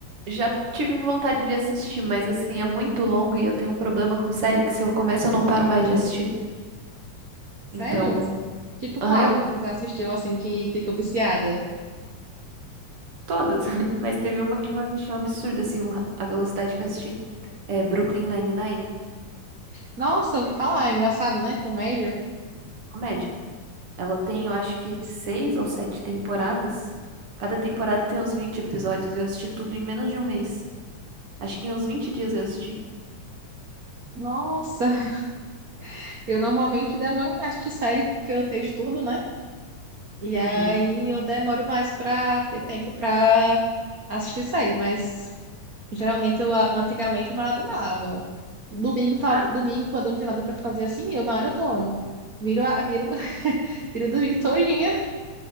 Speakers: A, on the right; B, on the right.
A: já tive vontade de assistir, mas assim, é muito longo e eu tenho um problema com série que se eu começo eu não paro mais de assistir.
B: Sério?
A: Então,
B: Tipo
A: aham,
B: qual
A: eu-
B: que tu já assistiu, assim, que ficou viciada?
A: todas. <laughs> Mas teve uma que eu achei um absurdo, assim, o ra- a velocidade que eu assisti. É Brooklyn Nine-Nine,
B: Nossa, ouvi falar, é engraçado, né? Comédia.
A: comédia. Ela tem, eu acho que seis ou sete temporadas. Cada temporada tem uns 20 episódios. Eu assisti tudo em menos de um mês. Acho que em uns vinte dias eu assisti.
B: Nossa, <laughs> eu normalmente demoro mais de série porque eu tenho estudo, né? E
A: Uhum.
B: aí eu demoro mais pra ter tempo pra assistir série, mas geralmente eu a- antigamente eu maratonava. Domingo, tá,
A: Ah,
B: domingo, quando eu não tenho nada pra fazer assim, eu maratono. Viro, a- viro, <laughs> viro o domingo todinha